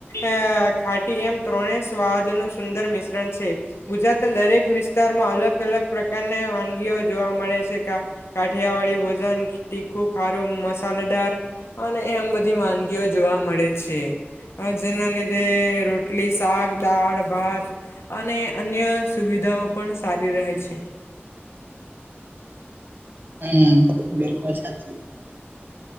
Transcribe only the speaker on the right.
હમ બિલકુલ સાચી વાત.